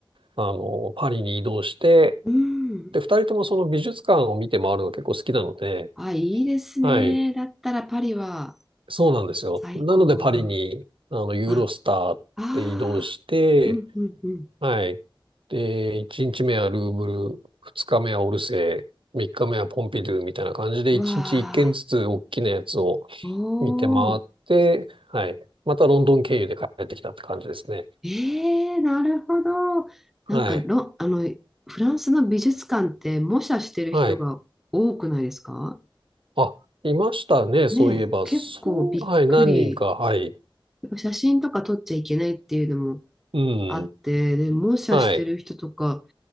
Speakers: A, on the right; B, in the centre.
A: あ、あの、パリに移動して、
B: うん。
A: で、二人ともその美術館を見て回るのが結構好きなので、
B: あ、いいですね。
A: はい、
B: だったらパリは
A: そうなんですよ。
B: 最高な。
A: なので、パリに、あの、ユーロスターって移動して、
B: あ、ああ。うんうんうん。
A: はい。で、一日目はルーブル、二日目はオルセー、三日目はポンピドゥみたいな感じで、
B: うわ
A: 一日一軒ずつ大きなやつを
B: あ。お
A: 見て回って、
B: お。
A: はい。またロンドン経由で帰ってきたって感じですね。
B: ええなるほど。
A: はい。
B: なんかロ、あの、フランスの美術館って模写してる人が多くないですか
A: はい。あ、いましたね。そういえば、
B: ねえ、結構びっくり。
A: そう、はい、何人か、はい。
B: やっぱ写真とか撮っちゃいけないっていうのも
A: うん。
B: あって、で、模写してる人とか
A: はい。